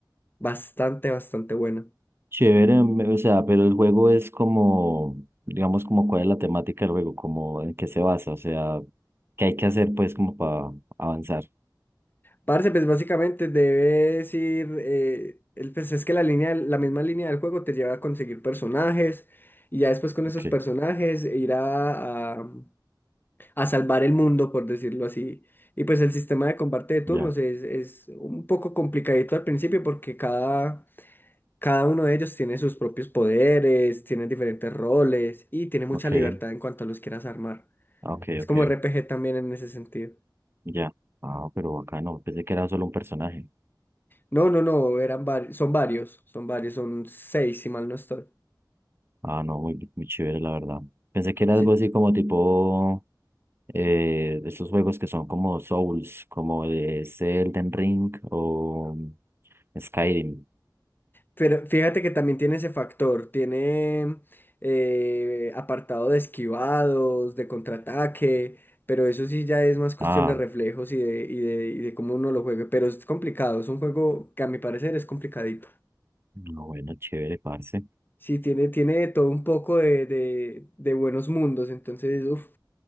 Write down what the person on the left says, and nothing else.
bastante, bastante buena.
Parce, pues básicamente debes ir. eh, el- pues es que la línea, del- la misma línea del juego te lleva a conseguir personajes, y ya después con esos
personajes ir a, a, a salvar el mundo, por decirlo así. Y pues el sistema de combate de turnos
es, es un poco complicadito al principio, porque cada Cada uno de ellos tiene sus propios poderes, tiene diferentes roles y tiene mucha
libertad en cuanto a los quieras armar.
Es
como RPG también en ese sentido.
No, no, no, eran varios, son varios, son varios, son seis si mal no estoy.
Sí.
Pero fíjate que también tiene ese factor, tiene eh, apartado de esquivados, de contraataque, pero eso sí ya es más cuestión
de reflejos y de, y de, y de cómo uno lo juegue. Pero es complicado, es un juego que a mi parecer es complicadito.
Sí, tiene, tiene todo un poco de, de, de buenos mundos, entonces, uf,